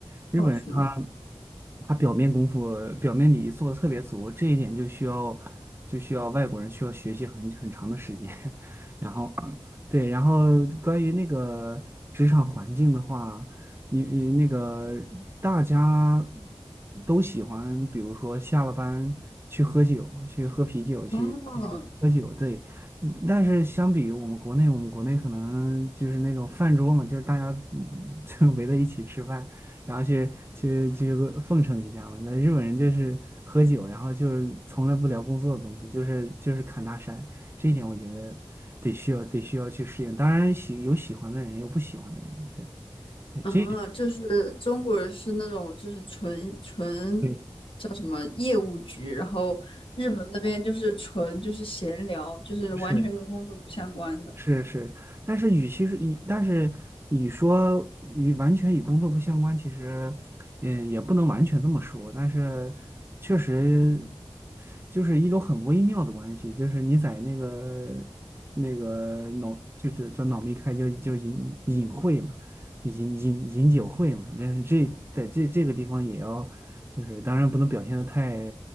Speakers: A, on the right; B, on the left.
A: 日本人他
B: 哦，是吗？
A: 他表面功夫、表面礼仪做的特别足，这一点就需要就需要外国人需要学习很很长的时间。<laughs> 然后，对，然后关于那个职场环境的话。你你那个大家都喜欢，比如说下了班去喝酒，去喝啤酒，去去酒喝酒，
B: 哦，
A: 对。嗯但是相比于我们国内，我们国内可能就是那种饭桌嘛，就是大家嗯 <laughs> 就围在一起吃饭，然后去去去奉承一下嘛。那日本人就是喝酒，然后就是从来不聊工作的东西，就是就是侃大山，这一点我觉得得需要得需要去适应。当然喜有喜欢的人，也有不喜欢的人，对吧。对，
B: 啊，
A: 这
B: 就是中国人是那种就是纯纯
A: 对，
B: 叫什么业务局，然后日本那边就是纯就是闲聊，就是完全跟工作不相关的。
A: 是是是，但是与其是与，但是与说与完全与工作不相关，其实，嗯，也不能完全这么说，但是确实就是一种很微妙的关系，就是你在那个那个脑，就是叫脑密开就就隐隐晦嘛，就饮饮饮酒会嘛，这这在这这个地方也要，就是当然不能表现的太